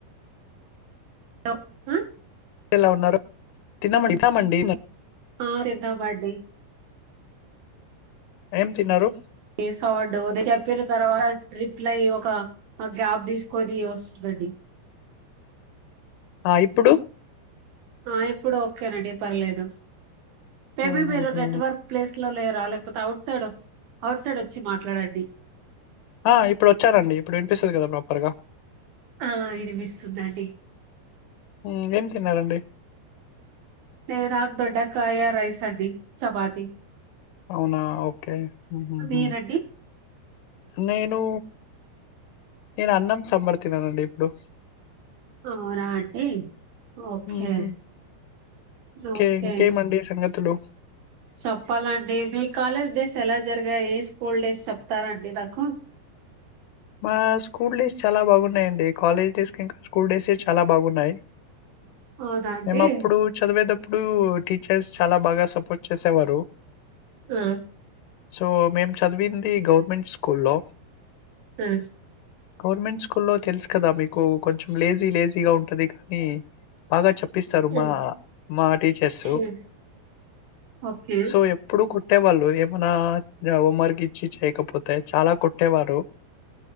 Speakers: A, on the right; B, on the left.
A: లో ఉం
B: ఎలా ఉన్నారు తిన్నామండి తిన్నామండి
A: ఆ తిన్నామండి
B: ఏం తిన్నారు
A: స్ అవడు చెప్పిన తర్వాత రిప్లై ఒక గ్యాప్ తీసుకొని వస్తుందండి
B: ఆ ఇప్పుడు
A: ఆ ఇప్పుడు ఓకేనండి పర్లేదు మేబీ
B: హుహుహు.
A: మీరు నెట్వర్క్ ప్లేస్ లో లేరా లేకపోతే అఔట్ సైడ్ అవుట్ సైడ్ వచ్చి మాట్లాడండి
B: ఆ ఇప్పుడు వచ్చానండి ఇప్పుడు వినిపిస్తుంది కదా ప్రాపర్ గా
A: ఆ వినిపిస్తుందండి
B: హ్మ్. ఏం తిన్నారండి?
A: నేనా దొడ్డకాయా రైస్ అండి చపాతి
B: అవునా ఓకే ఊహూహూ
A: మీరండి
B: నేను నేను అన్నం సాంబార్ తిన్నానండి ఇప్పుడు.
A: అవునా అండి ఓకే
B: హుహు. ఇంకే
A: ఓకే
B: ఇంకేమండి సంగతులు?
A: చెప్పాలండి మీ కాలేజ్ డేస్ ఎలా జరిగాయి స్కూల్ డేస్ చెప్తారాండి నాకు
B: మా స్కూల్ డేస్ చాలా బాగున్నాయండి కాలేజ్ డేస్ కే <inaudible> కుర్టెసే చాలా బాగున్నాయి
A: అవునా అండి
B: మేము అప్పుడు చదివేటప్పుడు టీ చెస్ చాలా బాగా సపోర్ట్ చేసేవారు
A: ఆ
B: సో మేం చదివింది ఈ గవర్నమెంట్ స్కూల్లో
A: ఆ
B: గవర్నమెంట్ స్కూల్లో తెలుసు కదా మీకు కొంచెం లేజీ లేజీగా ఉంటది కానీ బాగా చెప్ ఇపిస్తారు
A: ఆ,
B: మా మా టీచర్స్
A: ఆ. ఓకే
B: సో ఎప్పుడు కూడ ట్టే వాళ్ళ ఏమునా త యవ మార్కి ఇచ్చి చేయకప్ప పోతాయి చాలా కుట్టేవారు